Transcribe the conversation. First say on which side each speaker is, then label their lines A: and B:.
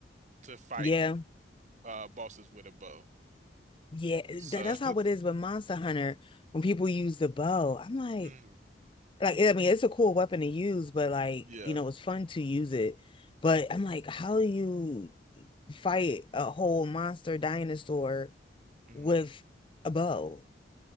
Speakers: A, on the right (about 40°); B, on the left (about 30°).
A: to fight
B: Yeah.
A: uh bosses with a bow.
B: Yeah.
A: So
B: That, that's how
A: <laughs>
B: it is with Monster Hunter when people use the bow. I'm like,
A: mm,
B: like I mean it's a cool weapon to use, but like,
A: yeah.
B: you know, it's fun to use it. But I'm like, how do you fight a whole monster dinosaur
A: Mm.
B: with a bow?